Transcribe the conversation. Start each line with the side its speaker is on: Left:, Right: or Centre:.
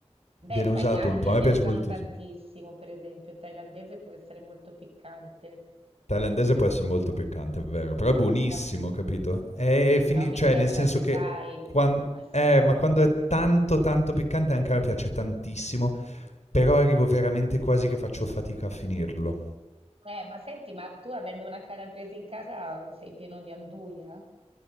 Right: beh,
Left: Viene
Right: Thailandia
Left: usato un po'. A
Right: ne
Left: me piace
Right: usano
Left: moltissimo.
Right: tantissimo, per esempio, il thailandese può essere molto piccante,
Left: Thailandese può essere molto piccante, è vero, però è buonissimo,
Right: che, a-
Left: capito? È
Right: che
Left: fini-
Right: però mi
Left: cioè,
Right: piace
Left: nel senso
Right: assai,
Left: che quan-
Right: assai.
Left: eh, ma quando è tanto, tanto piccante, anche a me piace tantissimo, però arrivo veramente quasi che faccio fatica a finirlo.
Right: Eh, ma senti, ma tu avendo una calabrese in casa sei pieno di anduja?